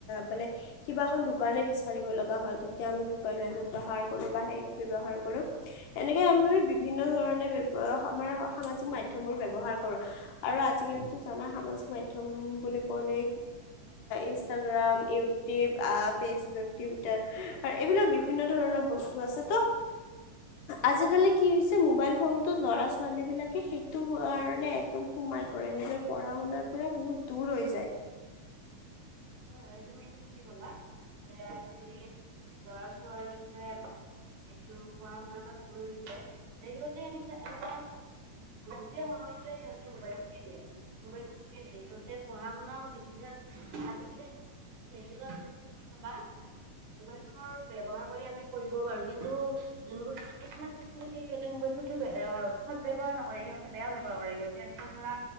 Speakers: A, on the left; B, on the right.
A: মানে কিবা এখন দোকানে বিচাৰিব লগা হল তেতিয়া আমি গুগল মেপ ব্যৱহাৰ কৰো বা সেই ব্যৱহাৰ কৰোঁ। এনেকে আমি বিভিন্ন ধৰণে ব আমাৰ সামাজিক মাধ্যম বোৰ ব্যয়ৱহাৰ কৰো আৰু আজিকালো জানা সামাজিক মাধ্যম বুলি কলে ইনষ্টাগ্ৰাম ইউটিউব আহ ফেচবুক টুইটাৰ এইবিলাক বিভিন্ন ধৰণৰ বস্তু আছে ত আজিকালি কি হৈছে মোবাইল ফোনটোত ল'ৰা ছোৱালী বিলাকে সেইটো কাৰণে একদম সমাই পৰে নিজৰ পঢ়া শুনাৰ পৰা বহুত দূৰ হৈ যায়।
B: হয় হয় তুমি এইটো ঠিকে ক'লা যে আজিকালি ল'ৰা ছোৱালী বোলে এইটো পঢ়া শুনা লৈ গৈছে হেৰি হতে এৰি দিছে <unintelligible> সেই সময়তোয়ে সিহঁতে মবাইলটোকে দিয়ে। মবাইটো থাকে সিহঁতে পঢ়া শুনাও বেছিভাগ আজি <unintelligible> হেৰিও আছে যে তুমি চাবা ম'বাইলফোনৰ ব্যৱহাৰ কৰি আমি পঢ়িব পাৰোঁ। কিন্তু যোনবোৰ কিছুমান শিশুৰে সিহঁতে মোবাইল ফোনটো সদ ব্যৱহাৰ নকৰে সহঁতে বেয়া ব্যৱহাৰ কৰে সিহঁতে এনেকুৱা ধৰা